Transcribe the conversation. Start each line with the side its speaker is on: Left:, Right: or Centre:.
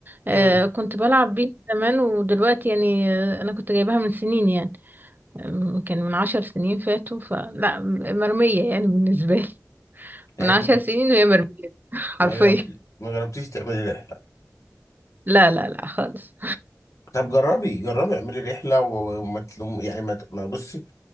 Right: أه
Left: امم
Right: كنت بلعب بيها زمان ودلوقتي يعني آه، أنا كنت جايبها من سنين يعني آه، ممكن من عشر سنين فاتوا فلا م- مرمية يعني بالنسبة لي
Left: يعني
Right: من عشر
Left: أنت ما
Right: سنين وهي مرمية <laughs> حرفيا
Left: ما جربتي ما جربتيش تعملي رحلة
Right: لا لا لا خالص
Left: طب جربي جربي اعملي رحلة و- وما تلوم يعني ما ت- ما بصي